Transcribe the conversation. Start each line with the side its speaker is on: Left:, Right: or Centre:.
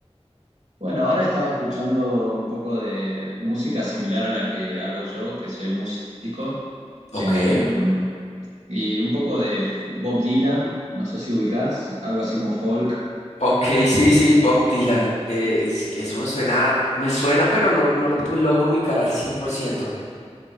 Right: Bueno, ahora estaba escuchando un poco de música similar a la que hago yo, que soy músico,
Left: Ok.
Right: eh, y un poco de Bob Dylan, no sé si ubicás, algo así como folk.
Left: Ok, sí, sí, Bob Dylan. Eh, es- eso me suena, me suena, pero no, no lo pu- logro ubicar al cien por ciento.